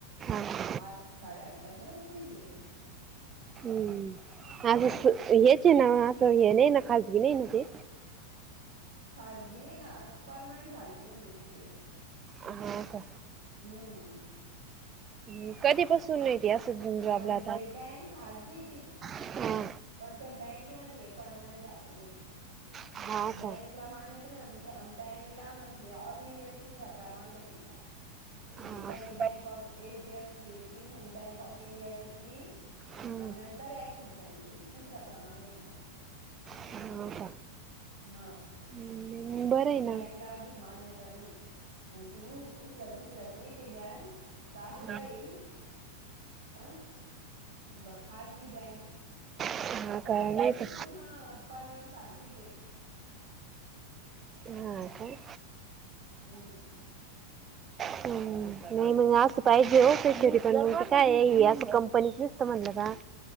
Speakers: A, on the right; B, on the right.
A: हा
B: आठ साडेआठला घरुन निघले ते.
A: हम्म असं हेच ईना असं हे नाही ना खाजगी नाही ना ते?
B: खाजगी नाही ना, परर्मनंट झालेले आहे ना ते तिकडे.
A: हा का,
B: हम्म
A: अ कधीपासून हाय? ती असन जॉबला
B: म्हणजे
A: आता.
B: बँक खाजगी आहे ती.
A: हा
B: पण त्या बँकेमध्ये आहे परमानंट झालेले.
A: हा
B: बँक
A: का
B: हिला मान्यता मिळ ब्य-बँंकला म्हणजे ऑल इंडिया तिसरा क्रमांक आहे तिचा.
A: हा
B: म्हणजे पहिले
A: का,
B: बँक ऑफ एचडीएफसी येती, मग बँक ऑफ इंडिया येत ती
A: हम्म
B: अ नंतर ऍक्सिस बँक आहे ती तिसरा क्रमांक तिला.
A: हो का?
B: हो.
A: हम्म, बरं आहे ना
B: बँकला अजूक मान्यता नाही. म्हणजे ते उचलत बिचलत नाही ते बॅक चालू राहील.
A: हा
B: पण व खाजगी बँक हे.
A: हा
B: ती
A: का
B: ऍसिडिटी
A: नाही का
B: पूर्ण परमनंट सारखीच आहे.
A: हा काय?
B: हम्म.
A: हम्म, नाही मग असं पाहिजे <unintelligible> काय अस कंपनीच म्हणलं का